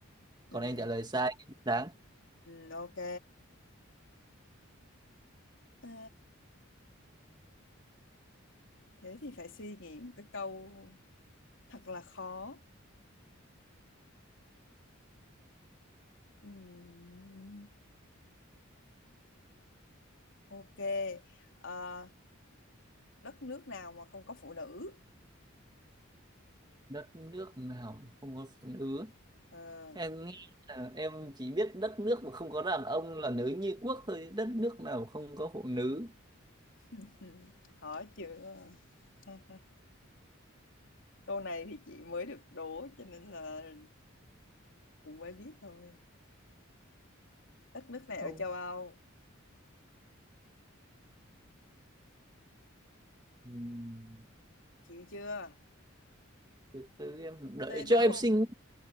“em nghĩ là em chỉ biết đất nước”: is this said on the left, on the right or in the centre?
Right